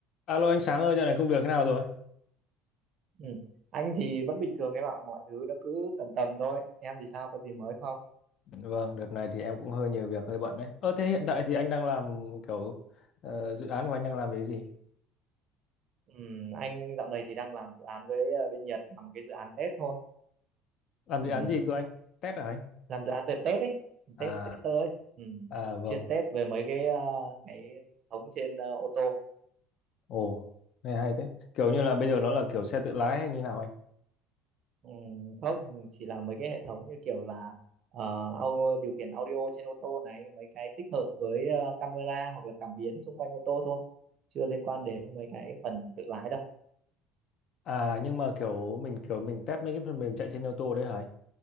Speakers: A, on the left; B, on the right.
A: Alo anh Sáng ơi, dạo này công việc thế nào rồi?
B: Ừ. Anh thì vẫn bình thường em ạ, mọi thứ nó cứ tầm tầm thôi. Em thì sao, có gì mới không?
A: Vâng, đợt này thì em cũng hơi nhiều việc, hơi bận đấy. Ơ thế hiện tại thì anh đang làm kiểu ờ, dự án của anh đang làm cái gì?
B: Ừ, anh dạo này thì đang làm dự án với ờ, bên Nhật, làm một cái dự án Tết thôi.
A: Làm
B: Ừ.
A: dự án gì cơ anh? Test hả anh?
B: Làm dự án về Tết ấy,
A: À,
B: Tết Tết tới. Ừ.
A: À vâng.
B: Chuyên Tết về mấy cái ờ, cái hệ thống trên ờ, ô tô.
A: Ồ, nghe hay thế. Kiểu như là bây giờ nó là kiểu xe tự lái hay như nào anh?
B: Ừ. Không, chỉ là mấy cái hệ thống như kiểu là ờ, au- điều khiển audio trên ô tô này, mấy cái tích hợp với ờ, camera hoặc là cảm biến xung quanh ô tô thôi. Chưa liên quan đến mấy cái phần tự lái đâu.
A: À nhưng mà kiểu mình kiểu mình test mấy cái phần mềm chạy trên ô tô đấy hả anh?